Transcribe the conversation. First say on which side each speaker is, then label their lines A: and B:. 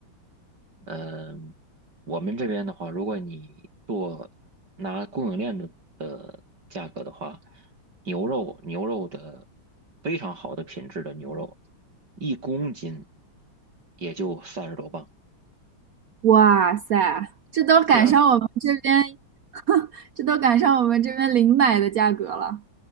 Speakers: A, on the right; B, on the right.
A: 嗯，我们这边的话，如果你做拿供应链的的价格的话，牛肉牛肉的非常好的品质的牛肉，一公斤也就三十多磅。
B: 哇塞，这都赶上我们这边，
A: 对啊，
B: 这都赶上我们这边零买的价格了，